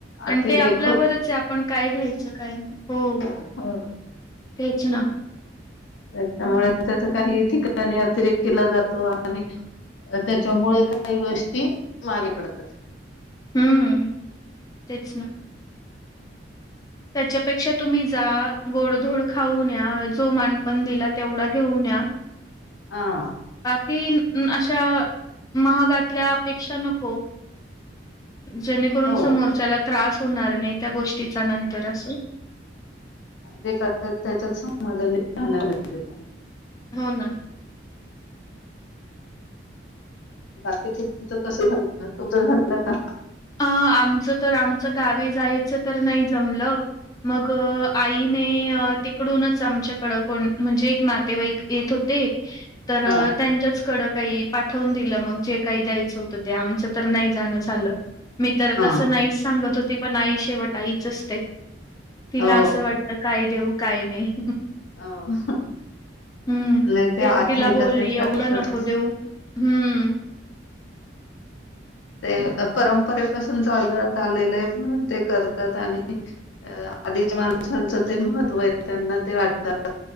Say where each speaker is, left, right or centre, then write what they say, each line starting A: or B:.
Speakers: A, on the left (about 85°); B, on the left (about 20°).
A: अतिरेक
B: आणि ते आपल्यावरच आहे आपण काय घ्यायचं काय नाही हो,
A: <inaudible> हा <inaudible>
B: तेच ना
A: त्यामुळे त्याचा काही ठिकाणा नाही अतिरेकतेला जातो आणि अ तेच्यामुळे काही गोष्टी मागे पडतात.
B: हम्म तेच ना. तेच्यापेक्षा तुम्ही जा गोडधोड खाऊन या. जो मानपण दिला तेवढा घेऊन या
A: हा
B: किण अशा महागातल्यापेक्षा नको. जेणेकरून
A: हो
B: समोरच्याला त्रास होणार नाही त्या गोष्टीचा नंतर अस
A: जे करतात त्याच्यात समाधाने राहणार <unintelligible>
B: हो ना
A: बाकी तुमच कस झाल तुमच झाल का?
B: अं आमच तर आमच गावी जायच तर नाही जमल. मग आईने तिकडूनच आमच्याकड कोण म्हणजे एक नातेवाईक येत होते. तर
A: हा
B: त्यांच्याच कड काही पाठवून दिलं मग जे काही द्यायचं होतं ते आमच तर नाही जाणं चालं. मी तर
A: हा
B: तसं नाहीस सांगत होते पण आई शेवट आईच असते. तिला
A: हो
B: असं वाटत काय देऊ काय नाही.
A: आह
B: हम्म.
A: नाही ते आहे
B: तिला बोलली
A: ना ते करतातच.
B: एवढं नको देऊ हम्म.
A: ते परंपरेत पसून चालवत आलेलं आहे म्हणून ते करतात आणि आधीच्या माणसांच ते महत्व त्यांना ते वाटतात